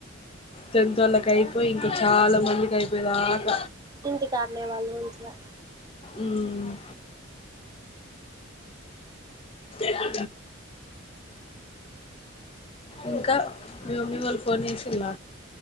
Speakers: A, on the left; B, on the right.
A: టన్త్ వోళ్ళకి అయిపోయి ఇంకా చాలా మందికి అయిపోయేదాక
B: ఇంటికాడ్నే వాళ్ళు మంచిగా
A: హ్మ్ <inaudible> ఇంకా మీ మమ్మీ వాళ్ళు ఫోన్ చేసిల్ల